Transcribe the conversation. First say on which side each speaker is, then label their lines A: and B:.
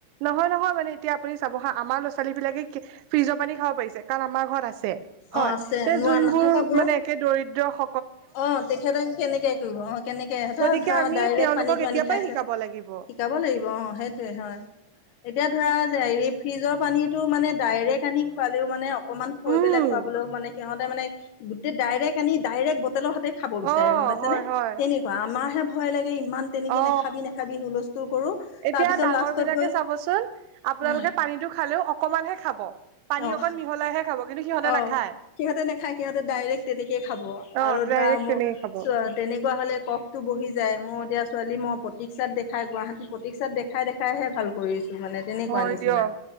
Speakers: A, on the right; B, on the left.
A: নহয় নহয় মানে এতিয়া আপুনি চাব হা আমাৰ ল'ৰা - ছোঁৱালীবিলাকে কে ফ্ৰিজৰ পানী খাব পাৰিছে কাৰণ আমাৰ ঘৰত আছে। হয়,
B: অ', আছে
A: তে
B: নোৱা
A: যোনবোৰ
B: নাথাকাবোৰৰ
A: মানে একে দৰিদ্ৰ স
B: অ তেখেতে কেনেকে কৰিব অহ কেনেকে সিহঁতৰ
A: গতিকে
B: ধৰা
A: আমি
B: ডাইৰেক্ট
A: তেওঁলোকক
B: পানীটো
A: এতিয়াৰ
B: আনি
A: পৰাই
B: খাইছে।
A: শিকাব
B: শি
A: লাগিব
B: শিকাব লাগিব অ সেইটোয়ে হয়। এতিয়া ধৰা হেৰি ফ্ৰিজৰ পানীটো মানে ডাইৰেক্ট আনি খুৱালেও মানে অ কণমান থৈ
A: উম
B: পেলাই খুৱাবলৈও মানে সিহঁতে মানে গোটেই ডাইৰেক্ট আনি ডাইৰেক বটলৰ হাতে খাব বিচাৰে
A: অ
B: গম পাইছা
A: হয়
B: নে?
A: হয়
B: তেনেকুৱা আমাৰ হে ভয় লাগে ইমান তেনেকে
A: অ,
B: নাখাবি নাখাবি হুলস্থুল কৰো।
A: এতিয়া
B: তাৰপিছত
A: ডাঙৰবিলাকে
B: লাষ্টত গৈ
A: চাবচোন আপোনালোকে
B: উম
A: পানীটো খালেও অ কমানহে খাব, পানী
B: অ
A: অকণ মিহলাইহে খাব কিন্তু সিহঁতে
B: অ,
A: নাখায়
B: সিহঁতে নাখায়, সিহঁতে ডাইৰেক্ট তেনেকেই খাব
A: অ
B: আৰু
A: ডাইৰেক্ট
B: ধৰা মোৰ
A: তেনেকে খাব
B: চ তেনেকুৱা হ'লে কফটো বহি যায়, মোৰ এতিয়া ছোৱালী মই প্ৰতীক্ষাত দেখাই গুৱাহাটী প্ৰতীক্ষাত দেখ খাই দেখাইহে ভাল কৰিছোঁ মানে। তেনেকুৱা
A: হয়
B: নিচিনা
A: দিয়ক